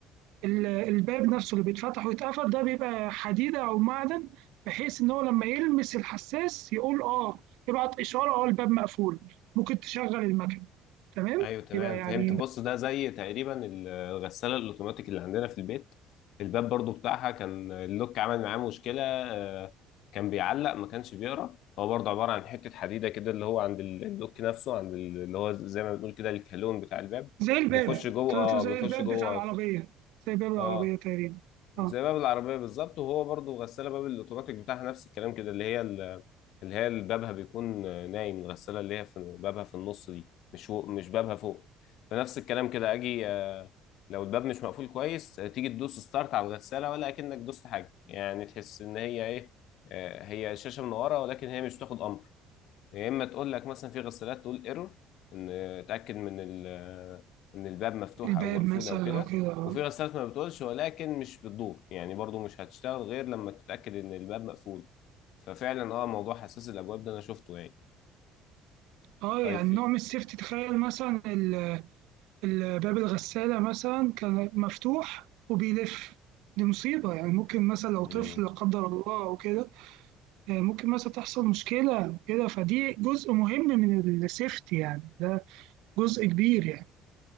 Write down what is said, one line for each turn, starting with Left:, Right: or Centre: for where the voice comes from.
Right: ال- الباب نفسه اللي بيتفتح ويتقفل ده بيبقى حديدة أو معدن بحيث إن هو لما يلمس الحساس يقول آه يبعت إشارة آه الباب مقفول ممكن تشغل المكنة تمام
Left: ايوه تمام
Right: يبقى يعني
Left: فهمت بص ده زي تقريبا الغسالة الاوتوماتيك اللي عندنا في البيت الباب برضو بتاعها كان اللوك عمل معاه مشكلة آه، كان بيعلق ما كانش بيقرا هو برضو عبارة عن حتة حديدة كده اللي هو عند اللوك نفسه عند اللي هو زي ما بنقول كده الكالون بتاع الباب
Right: زي الباب
Left: بيخش جوه
Right: طلعت
Left: اه
Right: له زي
Left: بيخش
Right: الباب
Left: جوه
Right: بتاع العربية زي باب العربية
Left: اه
Right: تقريبا آه
Left: زي باب العربية بالظبط وهو برضو غسالة باب الأوتوماتيك بتاعها نفس الكلام كده اللي هي ال- اللي هي اللي بابها بيكون نايم الغسالة اللي هي في بابها في النص دي مش هو مش بابها فوق فنفس الكلام كده أجي آه، لو الباب مش مقفول كويس آه، تيجي تدوس ستارت على الغسالة ولا أكنك دوست حاجة يعني تحس إن هي إيه آه، هي شاشة من ورا ولكن هي مش بتاخد أمر يا اما تقول لك مثلا في غسالات تقول ايرور ان اتاكد من ال ان الباب مفتوح
Right: الباب
Left: او مقفول
Right: مثلا
Left: او كده
Right: أو كده آه.
Left: وفي غسالات ما بتقولش ولكن مش بتدور يعني برضو مش هتشتغل غير لما تتاكد ان الباب مقفول ففعلا اه موضوع حساس الابواب ده انا شفته يعني
Right: اه يعني
Left: طيب في
Right: نوع من السيفتي تخيل مثلا ال- ال- باب الغسالة مثلا كان مفتوح وبيلف دي مصيبة يعني ممكن مثلا لو
Left: مم.
Right: طفل لا قدر الله أو كده آه، ممكن مثلا تحصل مشكلة أو كده فدي جزء مهم من السيفتي يعني ده جزء كبير يعني